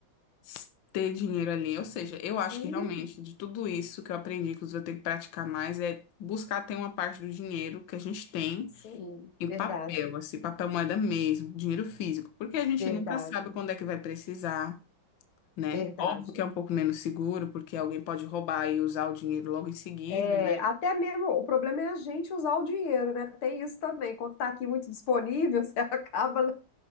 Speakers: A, on the left (about 70°); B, on the left (about 85°).
A: s- ter dinheiro ali. Ou seja, eu
B: Sim,
A: acho que realmente de tudo isso que eu aprendi, inclusive eu tenho que praticar mais, é buscar ter uma parte do dinheiro que a gente tem
B: sim,
A: Em
B: verdade,
A: papel, assim, papel moeda mesmo, dinheiro físico, porque a gente
B: verdade,
A: nunca sabe quando é que vai precisar, né?
B: verdade.
A: Óbvio que é um pouco menos seguro, porque alguém pode roubar e usar o dinheiro logo em seguida,
B: É,
A: né?
B: até mesmo, o problema é a gente usar o dinheiro, né? Tem isso também. Quando tá aqui muito disponível, <laughs> você acaba,